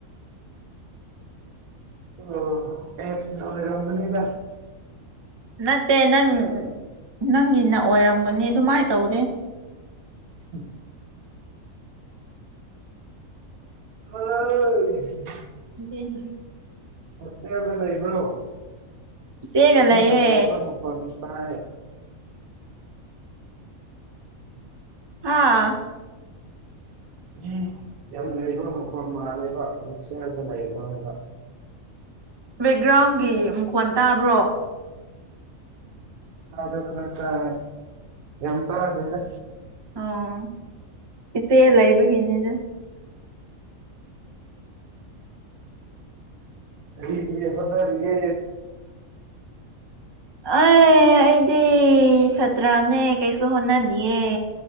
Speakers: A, on the right (about 85°); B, on the right (about 20°).
A: ꯑꯣ ꯑꯦꯞꯅ ꯑꯣꯏꯔꯝꯒꯅꯤꯗ
B: ꯅꯠꯇꯦ ꯅꯪ ꯅꯪꯒꯤꯅ ꯑꯣꯏꯔꯝꯒꯅꯤ ꯑꯗꯨꯃꯥꯏꯅ ꯇꯧꯗꯦ
A: ꯎꯝ ꯍꯣꯏ
B: <unintelligible>
A: ꯍꯣꯁꯇꯦꯜꯗ ꯂꯩꯕ꯭ꯔꯣ
B: ꯏꯆꯦꯒ
A: ꯃꯤ
B: ꯂꯩꯌꯦ
A: ꯌꯥꯝ ꯂꯩꯕ ꯃꯈꯣꯟ ꯇꯥꯏ <inaudible>
B: ꯍꯥꯥ
A: ꯃꯤ ꯌꯥꯝꯂꯩꯕꯃꯈꯣꯜ ꯃꯥꯜꯂꯦꯕ ꯍꯣꯁꯇꯦꯜꯗꯂꯩꯕ꯭ꯔꯣ
B: ꯕꯦꯛꯒ꯭ꯔꯥꯎꯟꯒꯤ ꯃꯈꯣꯟ ꯇꯥꯕ꯭ꯔꯣ
A: ꯑꯥꯔꯇꯥꯏ ꯌꯥꯝ ꯇꯥꯗꯦꯗ
B: ꯑꯣ ꯏꯆꯦ ꯂꯩꯕꯒꯤꯅꯤꯗ
A: ꯀꯔꯤ ꯀꯔꯤ ꯍꯣꯠꯅꯔꯤꯒꯦ
B: ꯑꯩ ꯑꯩꯗꯤ ꯁꯇ꯭ꯔꯥꯅꯦ ꯀꯩꯁꯨ ꯍꯣꯠꯅꯗꯦ